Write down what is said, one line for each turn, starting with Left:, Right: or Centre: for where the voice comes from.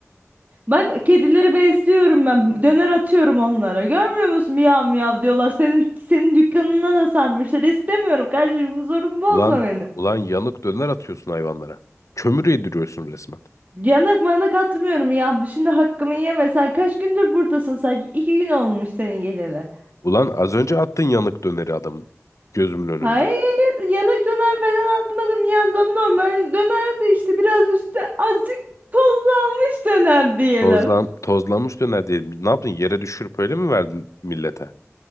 Right: Bak kedileri besliyorum ben. Döner atıyorum onlara. Görmüyor musun? Miyav miyav diyorlar. Senin senin dükkanına da sarmışlar. İstemiyorum kardeşim. Huzurumu bozma
Left: Ulan
Right: benim.
Left: ulan yanık döner atıyorsun hayvanlara. Kömür yediriyorsun resmen.
Right: Yanak manak atmıyorum ya. Şimdi hakkımı yeme. Sen kaç gündür buradasın sanki? İki gün olmuş senin geleli.
Left: Ulan az önce attın yanık döneri adamın gözümün önünde.
Right: Hayır, yanak döner falan atmadım yandım normal dönerdi işte biraz üstü azıcık tozlanmış döner diyelim.
Left: Tozlan, tozlanmış döner diyelim. Ne yaptın? Yere düşürüp öyle mi verdin millete?